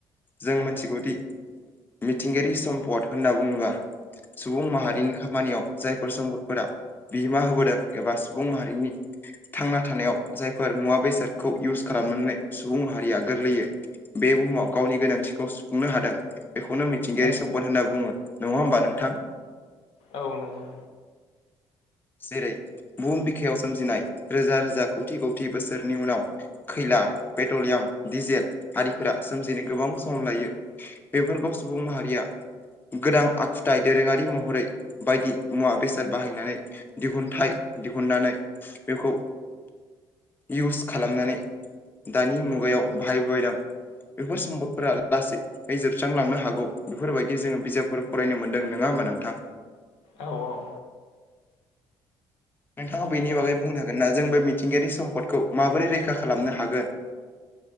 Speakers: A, on the left (about 20°); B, on the left (about 75°).
A: जों
B: औ
A: मिथिगौदि मिथिंगायारि सम्पद होनना बुङोबा सुबुं माहारिनि
B: औ
A: खा मानियाव जायफोर सम्पदफोरा बिहोमा होबोदों एबा सुबुं माहारिनि थांना थानायाव जायफोर मुवा बेसादखौ इउस खालामनानै सुबुं माहारिया गोरलैयै बे बुहुमाव गावनि गोनांथिखौ सुफुंनो हादों बेखौनो मि थिंगायारि
B: औ
A: सम्द होन बुङो नङा होमबा नोंथां?
B: औ नंगौ।
A: जेरै बहुम बिखायाव सोमजिनाय रोजा रोजा खौथि खौथि बोसोरनि उनाव खैला पेट्रलियाम डिजेल आरिफोरा सोमजिनो गोबां सम लायो बेफोरखौ सुबुं माहारिया गोदां आखुथाय दोरोङारि महरै बायदि मुवा बेसाद बाहायनानै दिहुनथाइ दिहुननानै बेखौ इउस खालामनानै दानि मुगायाव बाहाय बायदां बेफोर सम्पदफोरा लासै ओइ जोबस्रांलांनो हागौ बेफोरबायदि जोङो बिजाबफोर फरायनो मोनदों नोङा होमबा नोंथां?
B: औ औ
A: नोंथाङा बेनि बागै बुंनो हागोन ना जों बे मिथिंगायारि सम्पदखौ माबोरै रैखा खालामनो हागोन?